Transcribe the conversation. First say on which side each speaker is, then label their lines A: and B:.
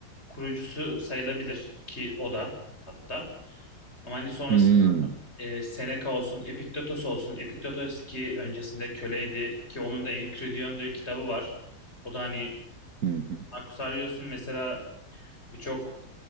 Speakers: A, on the left (about 35°); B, on the right (about 55°).
A: kurucusu sayılabilir ki o da hatta. Ama hani sonrasında
B: Hmm.
A: e, Seneca olsun, Epiktetos olsun. Epiktetos ki öncesinde köleydi ki onun da Enchiridion diye kitabı var. O da hani
B: Hı hı.
A: Marcus Aurelius'un mesela birçok